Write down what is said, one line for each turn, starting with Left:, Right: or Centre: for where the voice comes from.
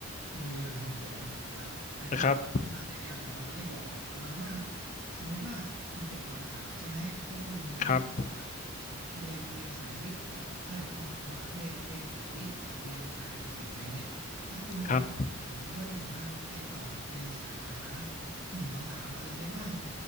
Right: โรงเรียนของคุณเป็ดหน่อยอะแบบอาจารย์เข้ามาแนะแนวเนี่ยเขาก็จะบอกแบบประมาณว่า
Left: นะครับ
Right: สมมุติว่าคุณจบมสามใช่ไหมแล้วคุณมีตัวเลือกระหว่าง
Left: ครับ
Right: เรียนโรงเรียนสายวิทย์กับเอ้ยไม่ขอโทษครับเรียนเรียนสายวิทย์กับเรียนสายศิลป์อะไรเงี้ยถ้าคุณเรียนสายศิลป์คุณก็จะแบบว่าไปต่อในสาขา
Left: ครับ
Right: หนึ่งสองสามอะไรได้บ้างใน